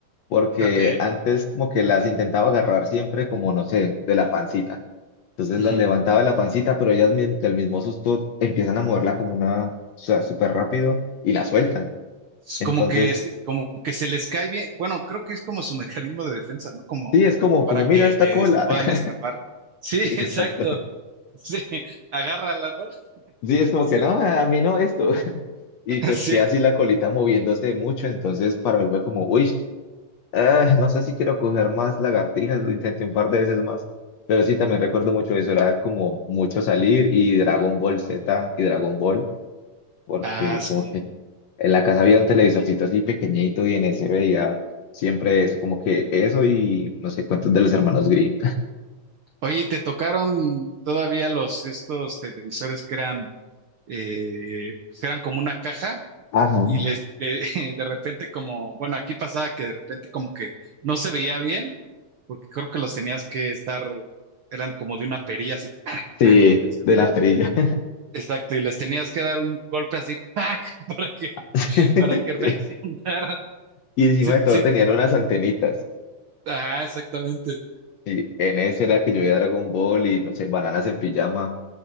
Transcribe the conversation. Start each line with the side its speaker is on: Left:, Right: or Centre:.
Left: porque
Right: Ok.
Left: antes como que las intentaba agarrar siempre como, no sé, de la pancita. Entonces
Right: Ujú.
Left: las levantaba de la pancita, pero ellas mi- del mismo susto empiezan a moverla como una, o sea, súper rápido y la sueltan.
Right: Es
Left: Entonces
Right: como que, es- como que se les cae bien. Bueno, creo que es como su mecanismo de defensa, ¿no? Como
Left: Sí, es como,
Right: para
Left: como,
Right: que
Left: mira esta
Right: eh,
Left: cola.
Right: se puedan
Left: <laughs>
Right: escapar. Sí,
Left: Sí,
Right: <laughs>
Left: exacto.
Right: exacto. Sí, agárrala, ¿no? <laughs>
Left: Sí, es como
Right: Sí.
Left: que no, a mí no esto. <laughs> Y pues
Right: Sí.
Left: que así la colita moviéndose mucho, entonces para mí fue como, uy, ah, no sé si quiero coger más lagartijas, lo intenté un par de veces más, pero sí, también recuerdo mucho eso, era como mucho salir y Dragon Ball Z y Dragon Ball, porque
Right: Ah, sí.
Left: como que en la casa había un televisorcito así pequeñito y en ese veía siempre eso, como que eso y no sé cuántos de los hermanos Grimm.
Right: Oye, ¿y ¿te tocaron todavía los estos televisores que eran, eh, pues que eran como una caja?
Left: Ajá.
Right: y les, le- <laughs> de repente como, bueno, aquí pasaba que de repente como que no se veía bien, porque creo que los tenías que estar, eran como de una perilla así, ¡pac!
Left: Sí,
Right: ¡pac! que hacía
Left: de la
Right: ruido.
Left: estrella.
Right: Exacto, y les tenías que dar un golpe así, ¡pac! <laughs> para que,
Left: <laughs>
Right: para que <laughs> reaccionaran.
Left: Sí. Y encima
Right: Sí,
Left: de todo
Right: sí,
Left: tenían unas antenitas.
Right: ah, exactamente.
Left: Y en ese era que yo veía Dragon Ball y, no sé, bananas en pijama.